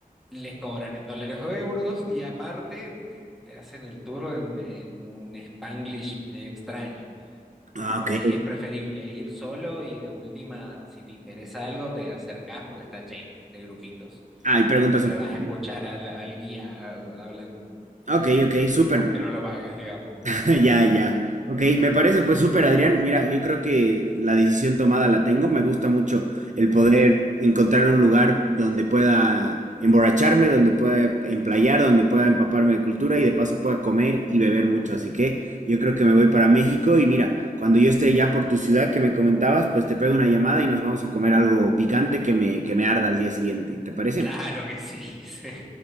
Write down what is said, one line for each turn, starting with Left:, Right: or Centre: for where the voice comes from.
Centre: les cobran en dólares o euros y aparte te, te hacen el tour en, en un Spanglish medio extraño.
Right: Ah,
Centre: Por
Right: ok.
Centre: ahí es preferible ir solo y de última, si te interesa algo, te acercás porque está lleno de grupitos.
Right: Ah, y preguntas
Centre: Siempre
Right: un poquito.
Centre: vas a escuchar al, al guía hablando,
Right: Ok, ok, súper.
Centre: aunque no lo pagues, digamos.
Right: <laughs> Ya, ya. Ok, me parece pues súper, Adrián. Mira, yo creo que la decisión tomada la tengo. Me gusta mucho el poder
Centre: Perfecto.
Right: encontrar un lugar donde pueda emborracharme, donde pueda emplayar, donde pueda empaparme de cultura y de paso pueda comer y beber mucho. Así que yo creo que me voy para México y mira, cuando yo esté ya por tu ciudad que me comentabas, pues te pego una llamada y nos vamos a comer algo picante que me, que me arda al día siguiente. ¿Te parece?
Centre: Claro que sí. <laughs> sí.